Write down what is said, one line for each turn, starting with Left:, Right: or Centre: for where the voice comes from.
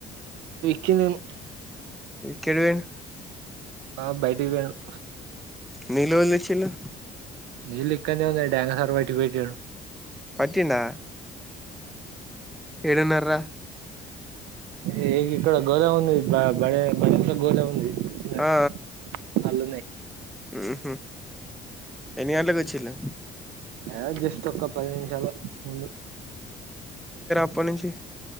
Right: కినిము
Centre: కిరివిన్
Right: ఆ బయటికి పోయిండు
Centre: నీళ్ళు ఎవలు తెచ్చిల్లు
Right: నీళ్ళు ఇక్కడనే ఉన్నాయి డ్యాన్ హరుబయట పెట్టిండు
Centre: పుట్టిండా ఏడున్నార్రా
Right: ఏ ఇక్కడ గోద ఉంది బ బడె బడే మనంత గోద ఉంది చిన్నది
Centre: ఆ
Right: అళ్ళున్నాయి
Centre: ఉ హు ఎన్నిగంట్ల కొచ్చిళ్లు
Right: ఆ జస్ట్ ఒక్క పది నిమిషాల ముందు
Centre: ఎప్పట్నుంచి